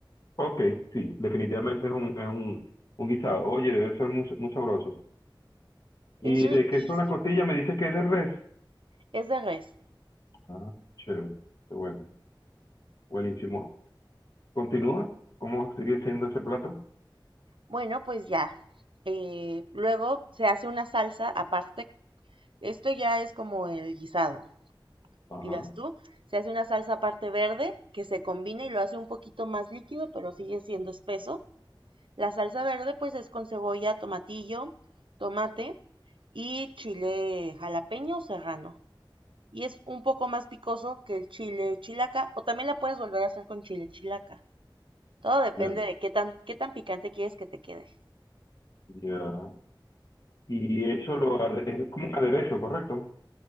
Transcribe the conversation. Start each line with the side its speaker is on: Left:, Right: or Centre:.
Left: Ok, sí, definitivamente es un, es un, un guisado. Oye, debe ser muy, muy sabroso. ¿Y
Right: Es riquísimo,
Left: de qué son las costillas? Me dices que es de res.
Right: es de res.
Left: Ah, chévere, qué bueno, buenísimo. Continúa, ¿cómo sigue siendo ese plato?
Right: Bueno, pues ya. Eh, luego se hace una salsa aparte. Esto ya es como el guisado.
Left: Ajá,
Right: dirás tú, se hace una salsa aparte verde que se combina y lo hace un poquito más líquido, pero sigue siendo espeso. La salsa verde pues es con cebolla, tomatillo, tomate y chile jalapeño o serrano. Y es un poco más picoso que el chile chilaca o también la puedes volver a hacer con chile chilaca. Todo depende
Left: ya,
Right: de qué tan, qué tan picante quieres que te quede.
Left: ya. Y eso lo, ade- es como un aderezo, ¿correcto?